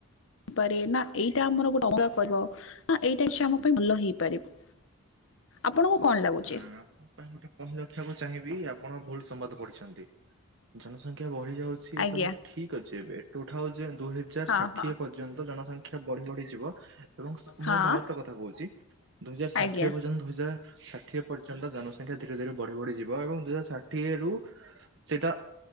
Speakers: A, on the left; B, on the right.
A: ପାରେ ନା ଏଇଟା ଆମର ଗୋଟେ ଅା <unintelligible> ଏଇଟା ଛି ଆମ ପାଇଁ ଭଲ ହେଇପାରିବ। ଆପଣଙ୍କୁ କଣ ଲାଗୁଛି।
B: ଆ ଆପଣଙ୍କ ପାଇଁ ଗୋଟେ କହି ରଖିବାକୁ ଚାହିଁବି ଆପଣ ଭୁଲ ସମ୍ବାଦ ପଢିଛନ୍ତି ଜନସଂଖ୍ୟା ବଢି ଯାଉଛି ଏ
A: ଆଜ୍ଞା
B: ସବୁ ଠିକ ଅଛି ଟୁ ଥାଉସେଣ୍ଡ ଦୁଇ ହଜାର
A: ହଁ
B: ଷାଠିଏ
A: ହଁ
B: ପର୍ଯ୍ୟା ନ୍ତ ଜନସଂଖ୍ୟା ବଢି ବଢି ଯିବ। ଏବଂ ମୁଁ
A: ହଁ
B: ଭାରତ କଥା କହୁଛି ଦୁଇ ହଜାର
A: ଆଜ୍ଞା
B: ଷାଠିଏ ପର୍ଯ୍ୟନ୍ତ ଦୁଇ ହଜାର ଷା ଷାଠିଏ ପର୍ଯ୍ୟନ୍ତ ଜନସଂଖ୍ୟା ଧୀରେ ଧୀରେ ବଢି ବଢି ଯିବ ଏବଂ ଦୁଇ ହଜାର ଷାଠିଏ ରୁ ସେଇଟା